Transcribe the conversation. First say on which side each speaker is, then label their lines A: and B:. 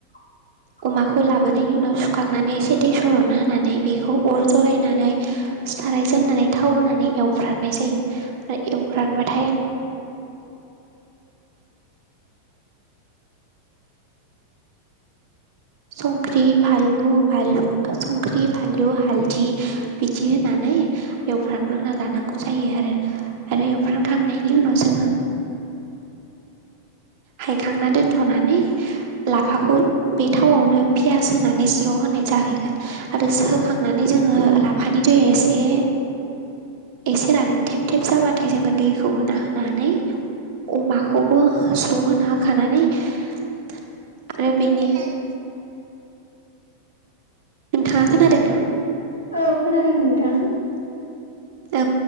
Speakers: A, on the left (about 75°); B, on the right (about 45°).
A: <inaudible>
B: अमाखौ लाबोनायनि उनाव सुखांनानै एसे दै सररनो होनानै बेखौ अर जरायनानै साराय जेननानै थाव होनानै एवफ्राननाय जायो आरो एवफ्रानबाथाय संख्रि फालु संख्रि फालु हालदि बिदि होनानै एवफ्रानग्रोना लानांगौ जायो आरो। आरो एवफ्रामखांनायनि उनाव जोङो हायखांना दोनथ'नानै लाफाखौ बे थावआवनो पियास होनानै ज्र' होनाय जाहैगोन। आरो होखांनानै जोङो लाफानि दैया एसे एसे रानथेब थेब जाबाथाय जोङो दैखौ होना होनानै अमाखौबो स्र' होना होखानानै आरो बेनि नोंथाङा खोनादों ना?
A: औ खोनादों नोंथां।
B: औ